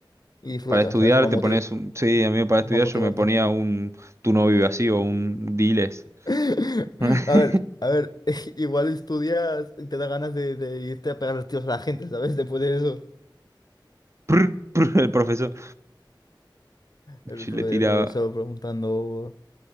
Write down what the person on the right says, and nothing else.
Para estudiar
te
pones un... Sí, a mí para estudiar
yo me ponía un Tu no vive así o un Diles.
<laughs>
Prr, prr, El profesor.
Sí,
le tiraba.